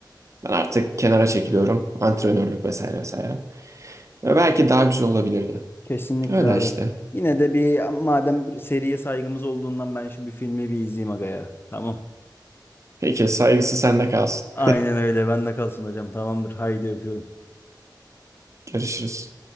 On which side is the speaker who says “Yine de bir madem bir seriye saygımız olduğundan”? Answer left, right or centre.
Left